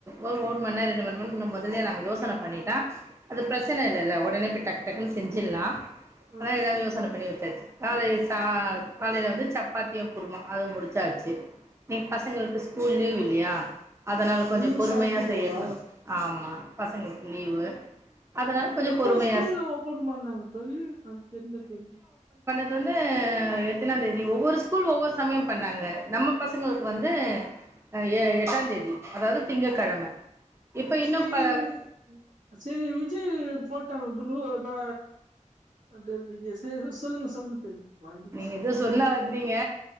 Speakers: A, on the right; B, on the right.
A: ஒர் ஒர் மண்நேர் ரெண்டு மண் நேர் மொதல்லயே நம்ம யோசன பண்ணிட் தா அது பிரச்சன இல்லல்ல ஒடனே போய் டக்கு டக்குன்னு செஞ்சுடுலா
B: ஆ
A: அதா ஏதாவது யோசன பண்ணி வெச் டாச்சு காலையி சால் காலையில வந்து சப்பாத்தியும் குருமா அதோட முடுச்சாச்சு இன்னிக்கு பசங்களுக்கு ஸ்கூல் லீவ் இல்லியா அதனா கொஞ்ச
B: இன்னைக்கு
A: பொறுமையா
B: சாட்டர்டேவா
A: செய்யலா ஆமா பசங்க லீவு அதனால கொஞ்சோ
B: எப்போ
A: பொறுமையா
B: ஸ்கூல்லா ஓபன் பண்ணாங்க தோழி அது தெரில தோழி
A: இது வந்து எத்தனாந் தேதி ஒவ்வொரு ஸ்கூல் ஒவ்வொரு சமயம் பண்ணாங்க நம்ம பசங்களுக்கு வந்து எ எட்டாந் தேதி அதாவது திங்கக்கெழம இப்ப இன்னு
B: சேரி
A: ப
B: உங்களுக்கு சேரி விஜய் போட்டா குரு நா அது அது எது எதோ சொல்லுங்க சொல்லுங்க தெரியு மரந்திச்சு
A: நீங்க எதோ சொன்னா வந்தீங்க